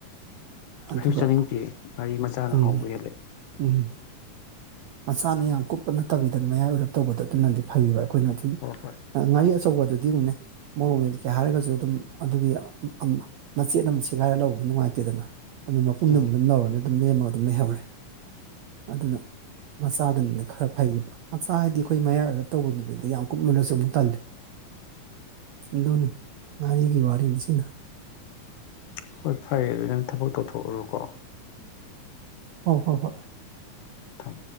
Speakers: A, on the right (about 75°); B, on the left (about 75°).
A: ꯑꯗꯨꯒ
B: ꯑꯩꯁꯨ ꯆꯥꯅꯤꯡꯇꯤꯌ‌ꯦ ꯉꯥꯔꯤ ꯃꯆꯥꯅ
A: ꯎꯝ
B: ꯍꯥꯎꯕ ꯍꯦꯜꯂ‌ꯦ
A: ꯎꯝ ꯃꯆꯥꯅ‌ꯦ ꯌꯥꯝ ꯀꯨꯞꯄ ꯅꯠꯇꯕꯤꯗ ꯃꯌꯥꯏ ꯑꯣꯏꯔꯞ ꯇꯧꯕꯗ ꯑꯗꯨꯅꯗꯤ ꯐꯩꯌꯦꯕ ꯑꯩꯈꯣꯏꯅ ꯑꯗꯨꯨꯝ
B: ꯍꯣꯏ ꯍꯣꯏ
A: ꯑ‌ ꯉꯥꯔꯤ ꯑꯆꯧꯕ ꯑꯗꯨꯗꯤ ꯑꯃꯨꯛꯅꯦ ꯃꯣꯔꯣꯡ ꯃ‌ꯦꯠꯀ‌ꯦ ꯍꯥꯏꯔꯒꯖꯨ ꯑꯗꯨꯝ ꯑꯗꯨꯒꯤ ꯑꯝ ꯃꯆꯦꯠ ꯑꯃ ꯁꯦꯒꯥꯏꯔ ꯂꯧꯕꯗꯨ ꯅꯨꯡꯉꯥꯏꯇꯦꯗꯅ ꯑꯗꯨꯝ ꯃꯄꯨꯝꯗꯨꯃ
B: ꯎꯝ
A: ꯑꯗꯨꯝ ꯂꯧꯔꯅꯤ ꯑꯗꯨꯝ ꯅꯦꯝꯃꯒ ꯑꯗꯨꯝ ꯂꯩꯍꯧꯔꯦ ꯑꯗꯨꯅ ꯃꯆꯥꯗꯨꯅꯗꯤ ꯈꯔ ꯐꯩꯌꯦꯕ ꯃꯆꯥ ꯍꯥꯏꯗꯤ ꯑꯩꯈꯣꯏ ꯃꯌꯥꯏ ꯑꯣꯏꯔꯞ ꯇꯧꯕꯗꯨꯅꯤꯗ ꯌꯥꯝ ꯀꯨꯞꯃꯜꯂꯁꯨ ꯑꯃꯨꯛ ꯇꯜꯂꯤ ꯑꯗꯨꯅꯤ ꯉꯥꯔꯤꯒꯤ ꯋꯥꯔꯤꯟꯁꯤꯅ
B: ꯍꯣꯏ ꯐꯔꯦ ꯑꯗꯨꯗꯤ ꯅꯪ ꯊꯕꯛ ꯇꯧꯊꯣꯛꯎꯔꯣꯀꯣ
A: ꯑꯧ ꯍꯣꯏ ꯍꯣꯏ
B: ꯊꯝꯃꯣ